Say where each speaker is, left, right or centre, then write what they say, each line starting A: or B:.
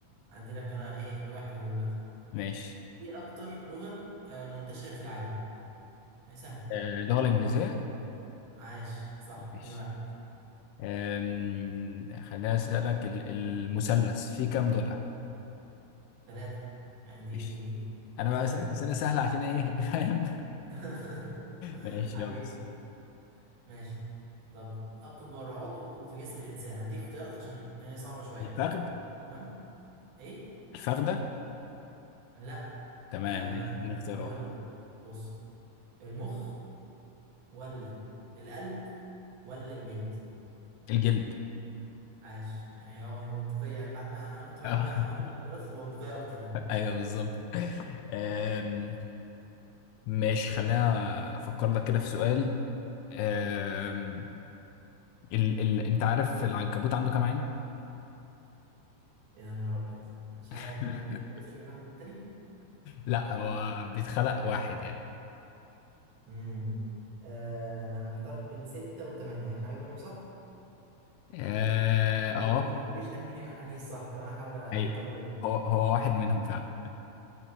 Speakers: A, on the right (about 65°); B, on the left (about 85°).
A: أدي لك أنا إيه الواحد أهو دلوقتي
B: ماشي
A: إيه أكتر لغة آه منتشرة في العالم؟ يعني سهل
B: آه اللغه الانجليزيه
A: عاش صح
B: ماشي
A: اتنين واحد
B: آم، خليني اسالك ال- المثلث فيه كام ضلع
A: تلاتة يعني دي
B: ماشي انا
A: سهلة
B: بقى سالت سنه سهله عشان ايه <laughs> فاهم
A: <laughs>
B: ماشي
A: حبيبي
B: يلا
A: ماشي طب اكبر عضو في جسم الانسان هديك اختيارات عشان هي صعبه شويه
B: الفخذ
A: تمام ايه
B: الفخده
A: لا
B: تمام
A: أه
B: ماشي اديني اختيارات
A: هقول لك بص المخ ولا القلب ولا الجلد
B: الجلد
A: عاش يعني اه هي منطقيه يعني بعد ما انا قلت بعد
B: <laughs>
A: ما اقول لك الاختيارات هتبقى منطقيه اكتر يعني
B: ايوه بالظبط <laughs> أم، ماشي خلينا افكر لك كده في سؤال أم، ال... ال... انت عارف العنكبوت عنده كام عين؟
A: ايه ده نهار ابيض مش
B: <laughs>
A: عارف هو ما بيختلفش من واحد للتاني
B: لا هو بيتخلق واحد يعني
A: امم آه انا محتار بين ستة وثمانية حاجه منهم صح
B: اه
A: ما
B: آه،
A: تقوليش ما تقوليش انهي انهي الصح تمام هحاول اختار
B: ايوه
A: ما بين
B: هو هو واحد منهم فعلا